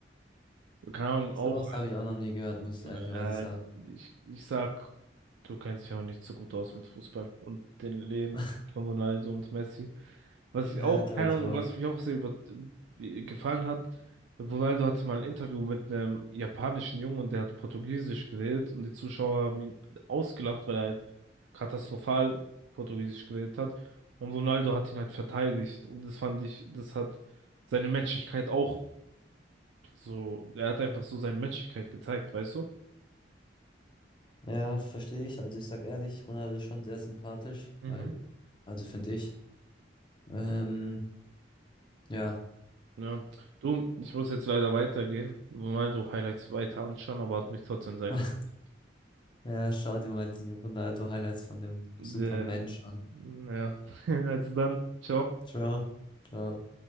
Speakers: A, on the right (about 80°); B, on the left (about 25°).
A: keine Ahnung, auch,
B: Sowas habe ich auch noch nie gehört, muss ich
A: äh,
B: ehrlicherweise sagen.
A: ich, ich sag, du kennst dich aber nicht so gut aus mit Fußball und den Leben
B: <laughs>
A: von Ronaldo und Messi. Was
B: Ja,
A: ich auch,
B: glaube
A: keine
B: ich
A: Ahnung,
B: auch.
A: was mich auch sehr über, äh, gefallen hat, Ronaldo hatte mal ein Interview mit einem japanischen Jungen und der hat Portugiesisch geredet und die Zuschauer haben ihn ausgelacht, weil er halt katastrophal Portugiesisch geredet hat. Und Ronaldo hat ihn halt verteidigt. Und das fand ich, das hat seine Menschlichkeit auch So, er hat einfach so seine Menschlichkeit gezeigt, weißt du?
B: Ja, verstehe ich. Also ich sag ehrlich, Ronaldo ist schon sehr sympathisch,
A: Mhm.
B: weil, also finde ich. Ähm, ja.
A: Ja. Du, ich muss jetzt leider weitergehen, mal so Highlights weiter anschauen, aber hat mich trotzdem sehr
B: <laughs>
A: gefreut.
B: Ja, schau dir mal die Ronaldo-Highlights von dem
A: Äh,
B: Supermensch an.
A: ja, <laughs> also dann, ciao.
B: Ciao. Ciao.